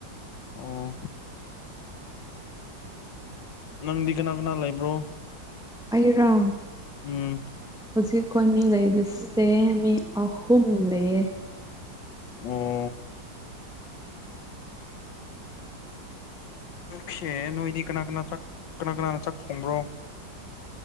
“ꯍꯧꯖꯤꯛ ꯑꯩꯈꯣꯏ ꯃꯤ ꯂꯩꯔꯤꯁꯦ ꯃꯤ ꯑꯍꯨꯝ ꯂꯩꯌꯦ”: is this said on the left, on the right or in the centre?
Centre